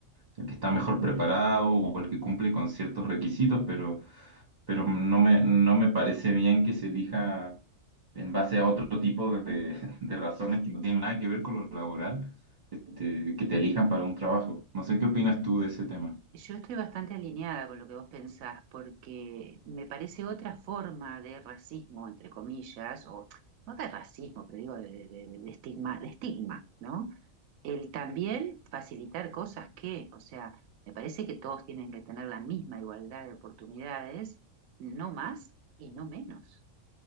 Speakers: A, on the right; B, on the right.
A: el que está mejor preparado o el que cumple con ciertos requisitos, pero, pero no me, no me parece bien que se elija en base a otro tipo de, <laughs> de razones que no tienen nada que ver con lo laboral, este, que te elijan para un trabajo. No sé qué opinas tú de ese tema.
B: Yo estoy bastante alineada con lo que vos pensás, porque me parece otra forma de racismo, entre comillas, o no de racismo, pero digo de, de- de- de estigma, de estigma, ¿no? El también facilitar cosas que, o sea, me parece que todos tienen que tener la misma igualdad de oportunidades, no más y no menos.